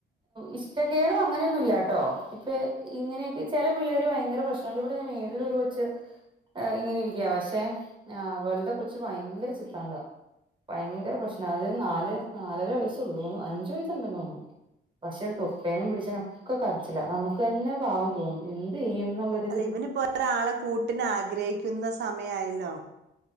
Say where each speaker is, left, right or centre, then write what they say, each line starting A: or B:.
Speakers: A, on the right; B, on the right.
A: ഇഷ്ട കേണു അങ്ങനെയൊന്നും ഇല്ല ട്ടോ ഇപ്പൊ ഇങ്ങനെക്കെ ചില പിള്ളേര് ഭയങ്കര പ്രശ്നാ ഇവിടെ മേളില് ഒരു കൊച് ച്ച് ഇങ്ങനെ ഇരിക്ക പക്ഷെ അവൾടെ കൊച്ച് ഭയങ്കര സിദ്ധാന്തം ആഹ് ഭയങ്കര പ്രശ്നാത് നാല് നാലര വയസൊള്ളൂ അഞ്ച് വയസ്സുണ്ടന്ന് തോന്നു. പക്ഷെ തൊട്ടെനും പിടിച്ചനൊ ക്കെ കരച്ചില നമുക്ക് തന്നെ പാവം തോന്നും എന്ത്യ്യും ന്ന്ള്ളരു
B: അല്ല ഇവനിപ്പോ ഒരാളെ കൂട്ടിനാഗ്രഹിക്കുന്ന സമയായല്ലോ.